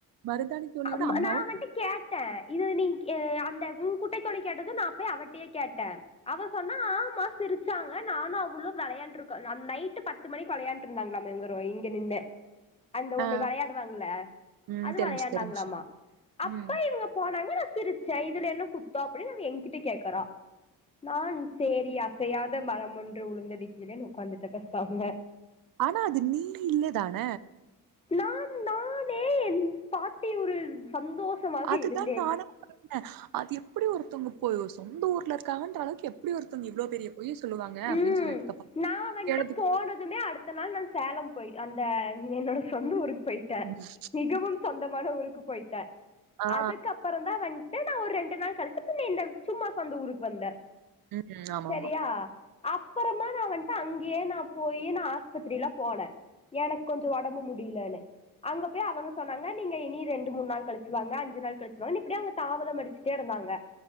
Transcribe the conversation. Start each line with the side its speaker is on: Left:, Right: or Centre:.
Right: மருதாணி தோழியோட
Left: அம்
Right: அம்மாவும்
Left: நா அவன்ட்ட கேட்டே இது நீ கே அந்த உன் குட்டைத் தோழி கேட்டது நா அப்பயே அவட்டயே கேட்டே அவ சொன்னா ஆமா சிரிச் சாங்க நானு அவளு வெளையாண்ட் ருக்கோ நைட்டு பத்து மணிக்கு வெளையாண்ட் ருந்தாங்ளாம இங்க நின்னு அந்த
Right: ஆ
Left: ஒண்ணு வெளையாடுவாங்ள
Right: ம்
Left: அது
Right: தெரிஞ்சுச்சு
Left: விளையாட்னாங்ளாமா
Right: தெரிஞ்சுச்சு.
Left: அப்ப
Right: ம்.
Left: இவங்க போனாங்க நா சிரிச்சே இதுல என்ன குத்தோ அப்டின்னு அவ என்கிட்ட கேக்கறா நா சேரி அசையாத மரம் ஒன்று உளுந்ததுக்கீழேன்னு உட்காந்துட்ட பேசாம
Right: ஆனா அது நீ இல்லதான
Left: நான் நானே என் பாட்டி ஒரு சந்தோஷமாக
Right: அதுதா
Left: இருந்தேன்
Right: நானு அது எப்டி ஒருத்தவங்க போ சொந்த ஊர்ல இருக்காங்கன்ற அளவுக்கு எப்டி ஒருத்தவங்க இவ்ளோ பெரிய பொய்ய சொல்லுவாங்க அப்டின்னு
Left: ம்
Right: சொல்லிட்டு இருக்கப்பா
Left: நா வன்ட்டு
Right: கேட்டதுக்கு
Left: போனதுமே அடுத்த நாள் நா சேலம் போய் அந்த என்னோட சொந்த ஊரு போயிட்ட
Right: ம்
Left: மிகவும் சொந்தமான ஊருக்கு போய்டே
Right: ஆ
Left: அதுக் அப்பறந் தா வண் நா ஒர் ரெண்டு நாள் களிச்சு பின்ன இந்த சும்மா சொந்த ஊருக்கு வந்தே
Right: ம் ஆமா
Left: சரியா
Right: மா
Left: அப்பறமா நா வன் அங்யே நா போயி நா ஆஸ்பத்திரிலா போன எனக் கொஞ்சொ ஒடம்பு முட் <unintelligible> அங்க போய் அவங்க சொன்னாங் நீங்க இனி ரெண்டு மூன் நாள் களிச்சு வாங்க அஞ்சு நாள் களிச்சுவாங்கனு இப்டியே அவங்க தாமத மடிச்சுட்டே ருந்தாங்க